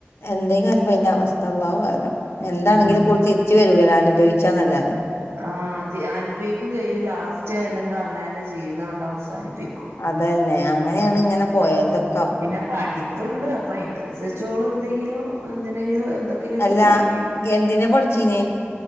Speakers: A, on the left; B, on the right.
A: എന്തെക്കാരം പ്പ അതിന്റെ അവസ്ഥ അള്ളാഹു അഹ്‌ലം എന്താണെങ്കിലുമിപ്പോൾ
B: ഉം
A: ഓള് തിരിച്ച് വരൂല്ലോ അനുഭവിച്ചാന്നല്ലാതെ
B: ആഹ് തി അനുഭവിക്കും ചെയ്യും ലാസ്റ്റ് അല്ലെങ്കിൽ അവനവന്റെ ജീവിതാണ്ട് അവസാനിപ്പിക്കും
A: അതന്നെ അങ്ങനെയാണ് ഇങ്ങനെ പോയൽതൊക്കെ
B: പിന്നെ പഠിപ്പുണ്ട് അപ്പൊ അതിനനുസരിച്ചോള് എന്തെങ്കിലും എന്തിനെങ്കിലും എന്തെങ്കിലുംമൊക്കെ
A: അല്ല
B: ചെയ്യും
A: എന്തിനാ പഠിച്ചീനെ